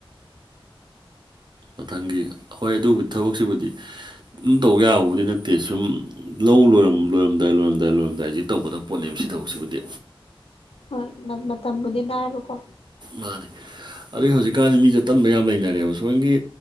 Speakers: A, on the right; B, on the left.
A: ꯃꯊꯪꯒꯤ ꯍꯣꯏ ꯑꯗꯨꯕꯨꯗꯤ ꯊꯕꯛꯁꯤꯕꯨꯗꯤ ꯑꯗꯨꯝ ꯇꯧꯕ ꯌꯥꯕꯕꯨꯗꯤ ꯅꯠꯇꯦ ꯁꯨꯝ ꯂꯧ ꯂꯣꯏ ꯂꯣꯏꯔꯝꯗꯥꯏ ꯂꯣꯏꯔꯝꯗꯥꯏ ꯂꯣꯏꯔꯝꯗꯥꯏ ꯁꯤ ꯇꯧꯒꯗꯕ ꯄꯣꯠꯅꯦꯕ ꯁꯤ ꯊꯕꯛꯁꯤꯕꯨꯗꯤ
B: ꯍꯣꯏ ꯃ-ꯃꯇꯝꯕꯨꯗꯤ ꯅꯥꯏꯕꯀꯣ
A: ꯃꯥꯅꯦ ꯑꯗꯨꯗꯩ ꯍꯧꯖꯤꯛꯀꯥꯟꯗꯤ ꯃꯤꯁꯦ ꯇꯟꯕ ꯌꯥꯝ ꯂꯩꯅꯔꯦꯕ ꯁꯣꯝꯒꯤ